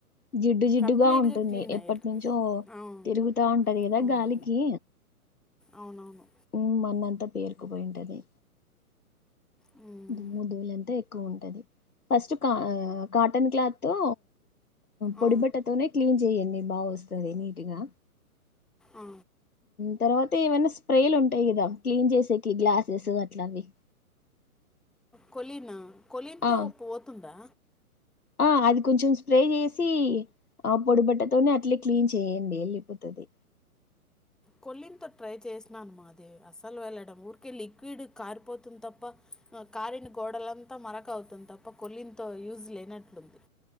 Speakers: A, on the left (about 75°); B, in the centre.
A: జిడ్డు జిడ్డుగా
B: కంప్లీట్‌గా
A: ఉంటుంది
B: క్లీన్
A: ఎప్పటి
B: అయ్యేటి.
A: నుంచో
B: అవును.
A: తిరుగుతా ఉంటది కదా
B: అవును.
A: గాలికి
B: అవునవును.
A: మ్మ్ మన్నంత పేర్కపోయింటది
B: హ్మ్.
A: దుమ్ము దూల్ అంతా ఎక్ ఎక్కువ ఉంటది ఫస్ట్ కా కాటన్ క్లాత్ తో పొడిపెట్టతోవనే
B: ఆ!
A: క్లీీన్ చెయ్యండి బాగా వస్తది నీటుగా
B: ఆ!
A: తర్వాత ఏమైనా స్ప్రేలు ఉంటాయి కదా క్లీన్ చేసేకి గ్లాసెస్ అట్లవి
B: కొలీన్ కొలిన్ తో
A: ఆ
B: పోతుందా
A: ఆ అది కొంచెం స్ప్రే చేసి ఆ పొడి బట్టతోనే అట్లే క్లీన్ చేయండి వెళ్ళిపోతది
B: కొలీతో ట్రై చేసినాను మాది అస్సలు వెళ్ళడం ఊరికే లిక్విడ్ కారిపోతుంది తప్ప కారిన గోడలంతా మరక అవుతుంది తప్ప కొలింత యూజ్ లేనట్లుంది